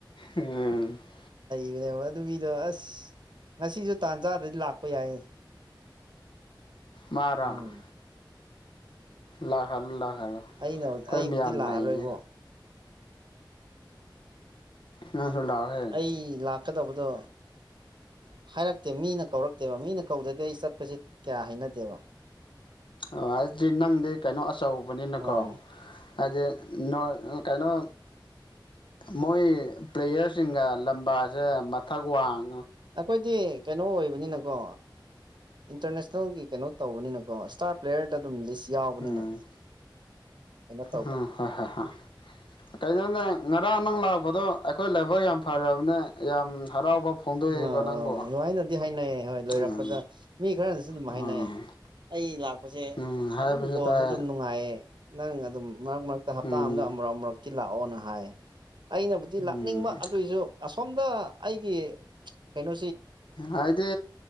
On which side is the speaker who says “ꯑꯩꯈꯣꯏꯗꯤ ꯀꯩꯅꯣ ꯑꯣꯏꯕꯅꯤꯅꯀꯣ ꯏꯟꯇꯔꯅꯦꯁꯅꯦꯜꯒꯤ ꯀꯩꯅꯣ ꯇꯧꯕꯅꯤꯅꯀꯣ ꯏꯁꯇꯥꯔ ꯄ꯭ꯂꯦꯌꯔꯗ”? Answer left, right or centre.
Right